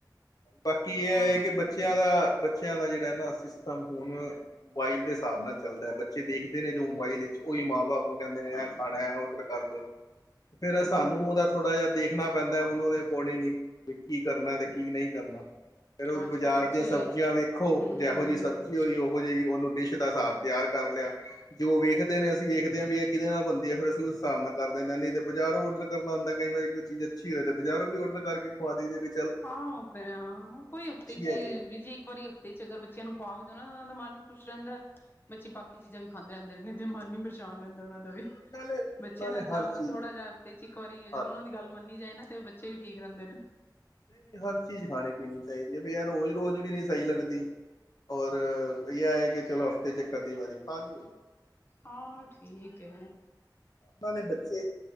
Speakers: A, on the left; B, on the left.
A: ਬਾਕੀ ਏ
B: ਹਾਂ
A: ਐ ਕਿ ਬੱਚੇਆਂ ਦਾ, ਬੱਚੇਆਂ ਦਾ ਜੇੜਾ ਐ ਨਾ ਸਿਸਟਮ ਹੁਣ ਮੋਬਾਇਲ ਦੇ ਸਾਬ ਨਾਲ ਚੱਲਦੈ। ਬੱਚੇ ਦੇਖਦੇ ਨੇ ਜੋ ਮੋਬਾਈਲ ਏੱਚ, ਓਈ ਮਾਂ-ਬਾਪ ਨੂੰ ਕੈਂਦੇ ਨੇ
B: ਹਾਂ
A: ਐ ਖਾਨੈ ਐ ਔਡਰ ਕਰ ਦੋ। ਫੇਰ ਅ
B: ਹੂੰ
A: ਸਾਨੂੰ ਓਦਾ ਥੋੜਾ ਜੇਆ ਦੇਖਣਾ ਪੈਂਦੈ ਓਨਹੋ ਦੇ ਅਕੋਰਡਿੰਗ ਹੀ ਵੀ ਕੀ ਕਰਨੈ ਤੇ ਕੀ ਨੀ ਕਰਨਾ। ਫੇਰ ਓਸ
B: ਅੱਜ
A: ਬਜਾਰ
B: ਕੱਲ੍ਹ ਬੱਚੇ
A: ਦੀਆਂ ਸਬਜੀਆਂ ਵੇਖੋ
B: ਹੂੰ
A: ਜੈਹੋ ਜੀ ਸਬਜ਼ੀ ਹੋਏਗੀ ਓਹੋ ਜੀ ਓਨੂੰ ਡਿਸ਼ ਦਾ ਸਾਬ ਤੇਆਰ ਕਰ ਲਿਆ। ਜੇ ਓ ਵੇਖਦੇ ਨੇ ਅਸੀ ਵੇਖਦੇ ਆਂ ਵੀ ਐ ਕਿਦੇ ਨਾਲ ਬਨਦੀ ਐ ਫੇਰ ਅਸੀ ਉਸ ਸਾਬ ਨਾਲ ਕਰ ਦੇਨੇ ਆ ਨਈ ਤੇ ਬਜਾਰੋਂ ਔਡਰ ਕਰਨਾ ਹੁੰਦੈ ਕਈ ਵਾਰੀ। ਕੋਈ ਚੀਜ ਅੱਛੀ ਹੋਏ ਤੇ ਬਜਾਰੋਂ ਵੀ ਔਡਰ ਕਰਕੇ ਖਵਾ ਦਈ ਦੇ ਨੇ।
B: ਹਾਂ ਫੇਰ ਹਾਂ ਕੋਈ ਹਫ਼ਤੇ 'ਚ
A: ਹੈਗੀ
B: ਈ
A: ਹੈ
B: ਬੀਜ਼ੀ ਇੱਕ ਵਾਰੀ ਤੇ 'ਚ ਅਗਰ ਬੱਚੇਆਂ ਨੂੰ ਖੁਵਾ ਵੀ ਦੇਨਾ ਨਾ ਓਨਾਂ ਦਾ ਮਨ ਵੀ ਖੁਸ਼ ਰੈਂਦੈ। ਬੱਚੇ ਬਾਕੀ ਚੀਜਾਂ ਵੀ ਖਾਂਦੇ ਰੈਂਦੇ ਨੇ। ਤੇ ਮਨ ਵੀ ਪਰਛਾਨ ਰੈਂਦਾ ਓਨਾਂ ਦਾ ਵੀ।
A: ਤੇ ਨਾਲੇ
B: ਬੱਚੇਆਂ
A: ਨਾਲੇ
B: ਨਾ ਹਿਸਾਬ
A: ਹਰ
B: ਨਾਲ
A: ਚੀਜ਼
B: ਥੋੜਾ ਜਿਆ ਹਫ਼ਤੇ 'ਚ ਇੱਕ ਵਾਰੀ ਅਗਰ
A: ਹਰ
B: ਓਨਾਂ ਦੀ ਗੱਲ ਮੰਨੀ ਜਾਏ ਨਾ ਤੇ ਓ ਬੱਚੇ ਵੀ ਠੀਕ ਰੈਂਦੇ ਨੇ।
A: ਨਈ-ਨਈ ਹਰ ਚੀਜ਼ ਖਾਣੀ ਪੀਣੀ ਚਾਈਦੀ ਐ। ਬਈ ਐ ਰੋਜ-ਰੋਜ ਵੀ ਨੀ ਸਈ ਲੱਗਦੀ। ਔਰ ਬਈ ਐ ਏ ਕਿ ਚਲੋ ਹਫ਼ਤੇ 'ਚ ਇੱਕ ਅੱਧੀ ਵਾਰੀ ਖਾ ਲਈ
B: ਹਾਂ ਠੀਕ ਏ।
A: ਪੈਲੇ ਬੱਚੇ